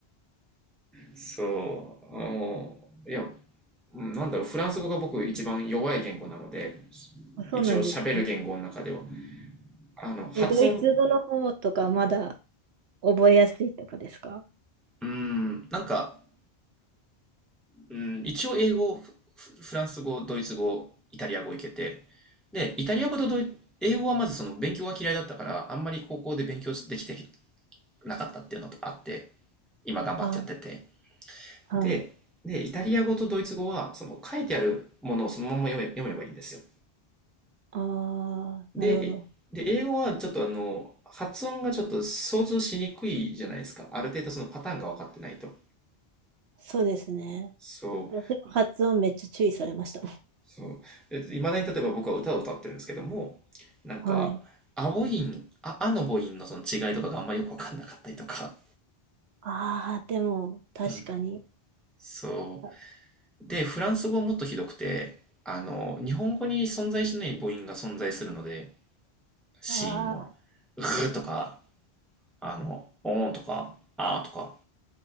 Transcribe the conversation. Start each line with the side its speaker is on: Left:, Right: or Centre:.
Centre: そう、もういや、うんなんだろう、フランス語が僕一番弱い言語なので、
Right: あ、そうなんですね。
Centre: 一応喋る言語の中では。あの、発音、
Right: え、ドイツ語の方とかまだ覚えやすいとかですか
Centre: うーん、なんか、うん、一応英語、フフランス語、ドイツ語、イタリア語いけて、で、イタリア語とドイ、英語はまずその勉強が嫌いだったから、あんまり高校で勉強できてなかったっていうのとかあって、今頑張ってやってて。
Right: あ、はい。
Centre: で、で、イタリア語とドイツ語は、その書いてあるものをそのまま読め、読めばいいんですよ。
Right: ああ、
Centre: で、
Right: なるほど。
Centre: えで、英語はちょっとあの、発音がちょっと想像しにくいじゃないですか。ある程度そのパターンが分かってないと。
Right: そうですね。
Centre: そう
Right: でも発音めっちゃ注意されましたもん。
Centre: そう。え、いまだに例えば僕は歌を歌ってるんですけども、なんか、
Right: <laughs> はい。
Centre: ア母音、あ、あの母音のその違いとかがあんまよくわかんなかったりとか。
Right: ああ、でも、確かに。
Centre: うん。そ
Right: あ
Centre: う。で、フランス語はもっとひどくて、あの、日本語に存在しない母音が存在するので、子音も。
Right: あ
Centre: うーとか、あの、おーんとか、あーとか。